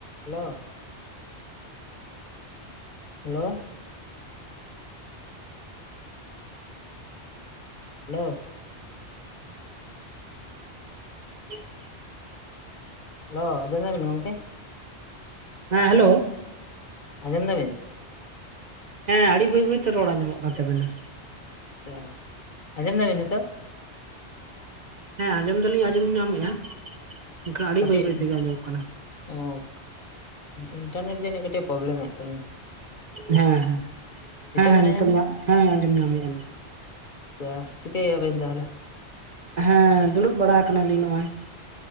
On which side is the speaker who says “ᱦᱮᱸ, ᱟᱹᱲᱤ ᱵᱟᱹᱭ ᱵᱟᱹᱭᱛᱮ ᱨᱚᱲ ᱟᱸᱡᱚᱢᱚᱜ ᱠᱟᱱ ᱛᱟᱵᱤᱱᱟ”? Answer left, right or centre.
Right